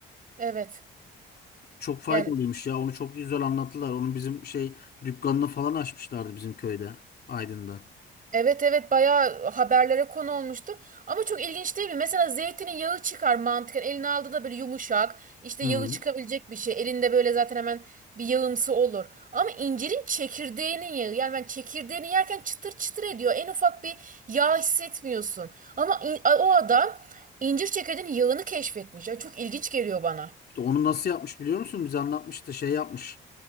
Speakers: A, on the right (about 45°); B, on the left (about 55°).
A: Evet.
B: Çok faydalıymış
A: Yani
B: ya. Onu çok güzel anlattılar. Onun bizim şey dükkanını falan açmışlardı bizim köyde, Aydın'da.
A: Evet evet bayağı haberlere konu olmuştu. Ama çok ilginç değil mi? Mesela zeytinin yağı çıkar mantıken. Eline aldığı da böyle yumuşak. işte
B: Hı.
A: yağı çıkabilecek bir şey. Elinde böyle zaten hemen bir yağımsı olur. Ama incirin çekirdeğinin yağı. Yani ben çekirdeğini yerken çıtır çıtır ediyor. En ufak bir yağ hissetmiyorsun. Ama in- o adam incir çekirdeğinin yağını keşfetmiş. Yani çok ilginç geliyor bana.
B: İşte onu nasıl yapmış biliyor musun? Bize anlatmıştı. Şey yapmış.